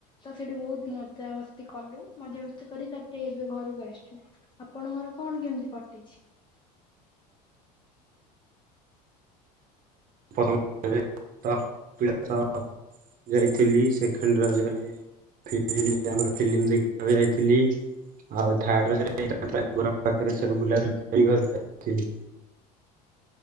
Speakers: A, on the left; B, on the right.
A: ତସେଠି ବହୁତ ମଜାମସ୍ତି କଲୁ ମଜାମସ୍ତି କରି ତାପରେ ଏବେ ଘରକୁ ଆସିଚୁ। ଆପଣଙ୍କର କଣ କେମିତି କଟିଛି?
B: <unintelligible> ଯାଇଥିଲି ସେକେଣ୍ଡ ରଜ ରେ <unintelligible> ଆମର ଫିଲ୍ମ ଦେଖିବାକୁ ଯାଇଥିଲି ଆଉ ଥାର୍ଡ ରାଜରେ ସେଇ ତାର ପାଖରେ
A: ଆଜ୍ଞା?
B: ସବୁ ବୁଲାବୁଲି କରି ଘରକୁ ଆସିଥିଲି।